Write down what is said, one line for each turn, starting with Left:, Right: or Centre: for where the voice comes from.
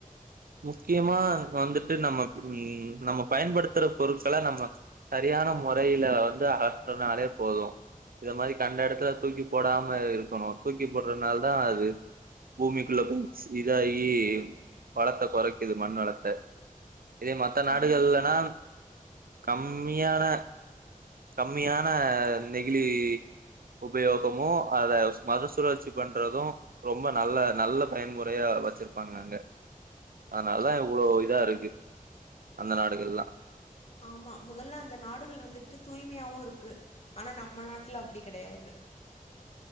Right: முக்கியமா வந்துட்டு நம்ம ம் நம்ம பயன்படுத்துற பொருட்கள நம்ம சரியான முறையில வந்து அகற்றனாலே போது இத மாதிரி கண்ட எடத்துல தூக்கி போடாம இருக்கணு தூக்கி போடுறதுனாலதா அது பூமிக்குள்ள போய்ச் இதாகி வளத்த கொறைக்குது மண் வளத்த இதே மத்த
Left: சரியா
Right: நாடுகள்லனா கம்மியான கம்மியான நெகிழி உபயோகமு அத மறு சுழற்சி பண்றது ரொம்ப நல்ல நல்ல பயன்முறையா வச்சிருப்பாங்க அங்க அதனால இவ்வளோ இதா இருக்கு அந்த நாடுகல்லா
Left: ஆமா முதல்ல அந்த நாடுகள் வந்துட்டு தூய்மையாவு இருக்கு ஆனா நம்ம நாட்ல அப்படி கெடையாது